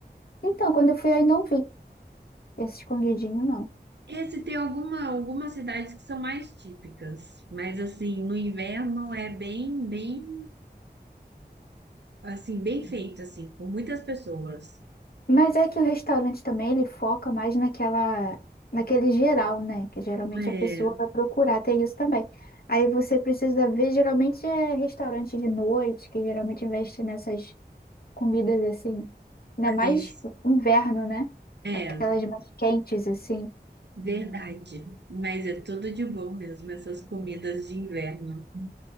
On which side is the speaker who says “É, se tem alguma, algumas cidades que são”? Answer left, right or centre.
Right